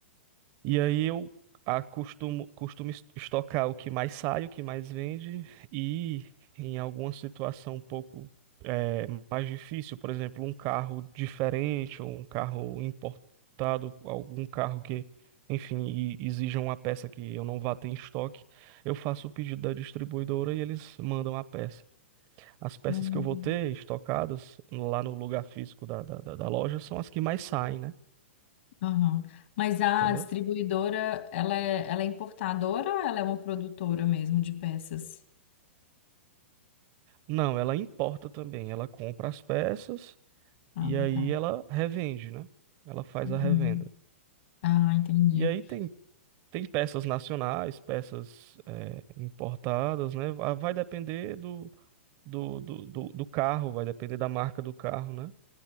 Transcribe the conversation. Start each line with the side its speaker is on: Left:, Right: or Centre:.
Right: E aí eu acostumo, costumo es- estocar o que mais sai, o que mais vende, e em alguma situação um pouco eh, mais difícil, por exemplo, um carro diferente ou um carro importado, algum carro que, enfim, e- exija uma peça que eu não vá ter em estoque, eu faço o pedido da distribuidora e eles mandam a peça. As peças
Left: Hum.
Right: que eu vou ter estocadas lá no lugar físico da, da, da da loja são as que mais saem, né?
Left: Aham. Mas a
Right: Entendeu?
Left: distribuidora, ela é, ela é importadora ou ela é uma produtora mesmo de peças?
Right: Não, ela importa também. Ela compra as peças
Left: Ah,
Right: e aí
Left: tá.
Right: ela revende, né? Ela faz
Left: Uhum.
Right: a revenda.
Left: Ah, entendi.
Right: E aí tem, tem peças nacionais, peças eh, importadas, né? Va- Vai depender do, do, do, do, do carro, vai depender da marca do carro, né?